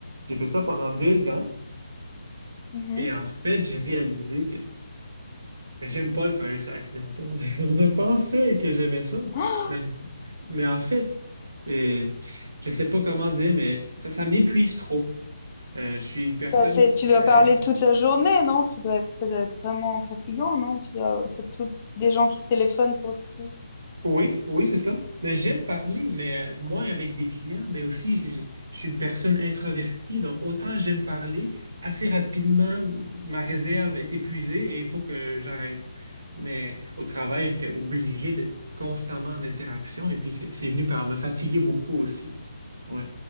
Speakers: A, on the right; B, on the left.
A: J'ai fait ça pendant deux ans
B: Mhm.
A: et en fait, j'ai réalisé que j'aime pas le service à la clientèle. <laughs> Je pensais que j'aimais ça,
B: Oh,
A: mais, mais en fait, euh, je sais pas comment dire, mais ça, ça m'épuise trop. Euh, je suis une personne,
B: Bah, c'est, tu
A: euh,
B: dois parler toute la journée, non? Ça doit être, ça doit être vraiment fatigant, non? Tu dois, t'as tout- des gens qui te téléphonent pour tout.
A: Oui, oui, c'est ça. Mais j'aime parler, mais euh, moi avec des clients, mais aussi j'ai- j'ai- je suis une personne introvertie, donc autant j'aime parler, assez rapidement ma réserve est épuisée et il faut que j'arrête. Mais au travail, j'étais obligé d'être constamment en interaction et puis c'est c'est venu par me fatiguer beaucoup aussi. Ouais.